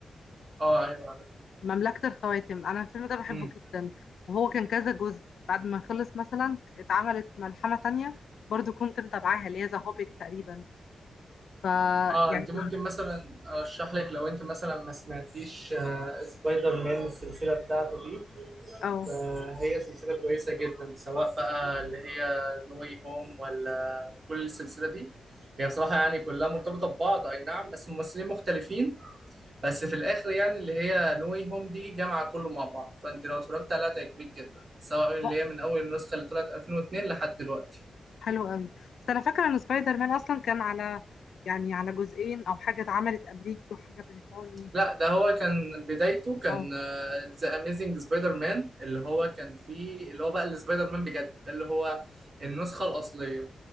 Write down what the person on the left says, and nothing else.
مملكة الخواتم أنا الفيلم ده بحبه
جدا وهو كان كذا جزء بعد ما خلص مثلا اتعملت ملحمة تانية برضو كنت متابعاها اللي هي ذا هوبيت تقريبا ف
يعني
اه
و-
حلو قوي بس أنا فاكرة إن سبايدر مان أصلا كان على يعني على جزئين أو حاجة اتعملت أمريكي وحاجة بريطاني
اه